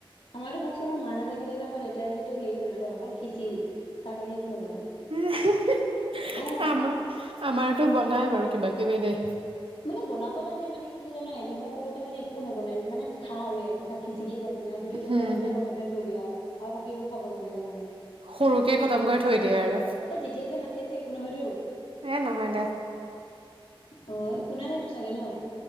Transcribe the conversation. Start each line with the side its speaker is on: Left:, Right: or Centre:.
Left: আমাতো ভাব ছোন মা নাথাকিলে যে দে যে তটো হেৰি বনাই ৰ অকল খিচিৰি তাৰ বাহিৰে একো নবনাই
Right: এ হে আমাৰ
Left: অ',
Right: আমাৰতো বনাই বাৰু কিবা কিবি দেই
Left: মানে বনাব জানে মানে কি জানো এডোখৰ ক'বতে মানে একো নবনাই মানে খা আৰু একে খা খিচ দিয়ে ভাল মানে আৰু সেইটোৱে কৈ
Right: হম
Left: পেলাই থৈ পেলাই
Right: হম
Left: বনাই পেলাই থৈ দিয়া আৰু বাকীো খাব নালাগে মানে
Right: সৰুকে খতম কৰি থৈ দিয়ে আৰু
Left: অ জেঠিয় যে মাতি আছে একো নহয়তো
Right: এ নহয় দে
Left: অ শুনা নেইতটো চাগে ন